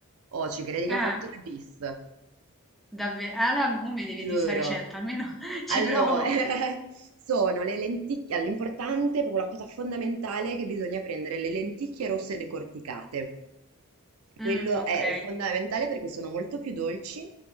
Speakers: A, on the right (about 80°); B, in the centre.
A: Oh, ci credi che
B: Eh,
A: ha fatto il bis?
B: davvero. Allora, mo mi devi
A: Giuro.
B: di sta ricetta, almeno <laughs> ci
A: Allora,
B: provo.
A: <laughs> sono le lenticchie, l'importante, proprio la cosa fondamentale è che bisogna prendere le lenticchie rosse decorticate. Quello
B: Mm, ok,
A: è fondamentale perché sono molto più dolci